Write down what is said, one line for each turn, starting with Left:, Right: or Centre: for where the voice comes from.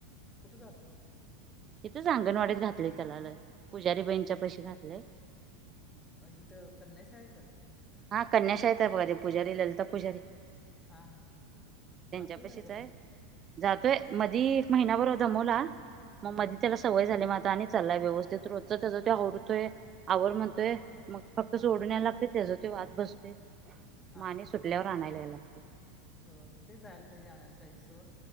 Left: कुठं जातं
Right: हेथ अंगणवाडीत घातले त्याला ल पुजारी बाईंच्या
Left: ति
Right: च्या पैशी घातलेय
Left: अ इथं कन्या शाळेत
Right: हा कन्या शाळेत बघत पूजारी ललीता पूजारी
Left: हां हां हां हां
Right: त्यांच्या
Left: जातो
Right: पशीच
Left: काय गप्पा
Right: आहे जातोय मधी एक महिनाभर दमवला मग
Left: हां
Right: मधी
Left: हां
Right: त्याला सवय झाली म आणि चालाय व्यवस्थित रोज त्याचा ते हरतोय आवर म्हणतोय
Left: हो
Right: मग फक्त
Left: हां
Right: सोडूनयलागते त्याचा ते आत बसतोय
Left: हा,
Right: मग आणि
Left: हा,
Right: सुटल्यावर
Left: हा
Right: आणायला यायला लागतंय.
Left: हो ते जायला पाहिजे आणायला पाहिजे सोड